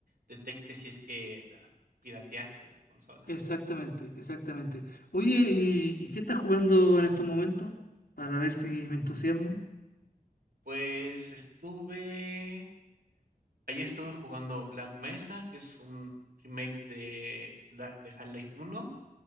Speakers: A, on the right; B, on the left.
A: detecte si es que la pirateaste la consola.
B: Exactamente, exactamente. Oye, ¿y, y qué estás jugando en estos momentos? Para ver si
A: Mm,
B: me entusiasmo.
A: Pues estuve ayer estuve jugando Black Mesa, que es un remake de, Bla- de Half-Life uno,